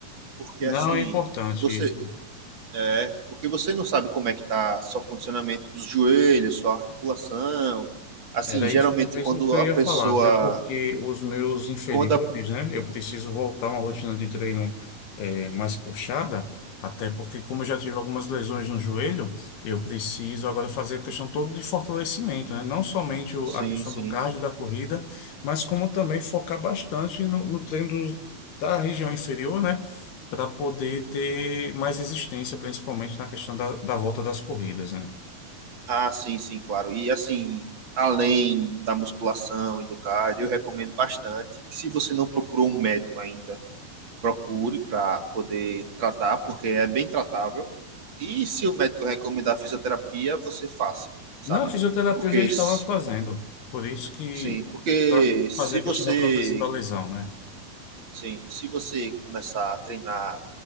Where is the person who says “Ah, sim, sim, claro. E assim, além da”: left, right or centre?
Right